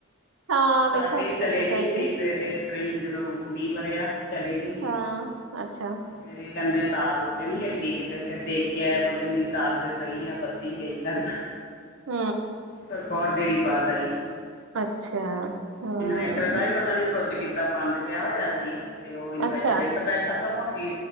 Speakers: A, on the right; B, on the left.
A: ਹਾਂ
B: ਸਾਡੀ
A: ਵੇਖੋ ਅਜੇ
B: ਵੀ ਚਲੇ
A: ਤੱਕ ਤਾਂ
B: ਗੀ
A: ਗਈ ਨੀ
B: ਸੀ ਸਵੇਰੇ ਜਦੋਂ ਮੀਂਹ ਵਰਿਆ ਚਲੇ ਗਈ ਸੀ
A: ਹਾਂ ਅੱਛਾ
B: ਫੇਰ ਇਹ ਕਹਿੰਦੇ ਤਾਰ ਉ ਤੇ ਨੀ ਹਿਲ ਗਈ ਕਿਤੇ, ਫੇਰ ਦੇਖ ਕੇ ਆਏ ਬੋਲਦੇ ਨਹੀਂ ਤਾਰ ਤੇ ਸਹੀ ਆ ਬੱਤੀ ਗਈ ਲੱਗਦਾ
A: ਹੂ
B: ਫਿਰ ਬਹੁਤ ਦੇਰੀ ਬਾਦ ਆਈ
A: ਅੱਛਾ। ਹੂੰ
B: ਇਨਵੇਟਰ ਦਾ ਵੀ ਪਤਾ ਨੀ ਸਵਿਚ ਕਿੱਦਾਂ ਬੰਦ ਪਯਾ ਹੋਇਆ ਸੀ ਤੇ ਉਹ ਇਨਵੇਟਰ
A: ਅੱਛਾ
B: ਇੱਕ ਤੇ ਖਤਮ ਹੋ ਗਈ